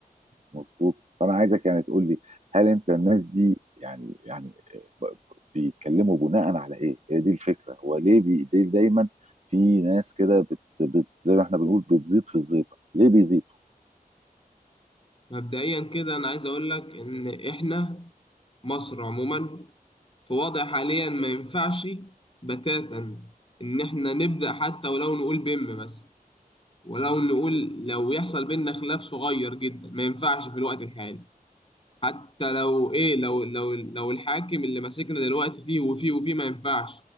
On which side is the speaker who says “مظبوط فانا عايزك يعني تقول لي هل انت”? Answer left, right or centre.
Right